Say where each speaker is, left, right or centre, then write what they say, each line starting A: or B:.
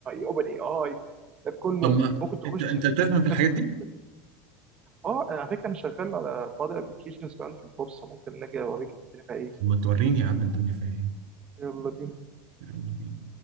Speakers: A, on the right; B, on the right.
A: اوبن اي اي ده كله
B: طب ما
A: ممكن تخش
B: انت انت
A: في
B: بتفهم
A: شركات
B: في الحاجات
A: تقنية.
B: دي
A: اه أنا على فكره انا شغال على بعض الابلكيشنز كمان في البورصه ممكن نجي اوريك الدنيا فيها ايه
B: طب ما توريني يا عم الدنيا فيها ايه
A: يلا بينا
B: يلا بينا.